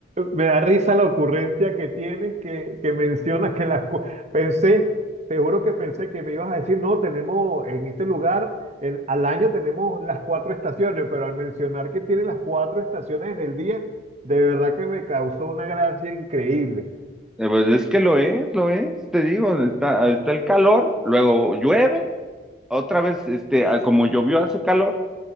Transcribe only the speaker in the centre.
eh, pues es que lo es, lo es, te digo, está, está el calor, luego llueve, otra vez, este, ah, como llovió hace calor,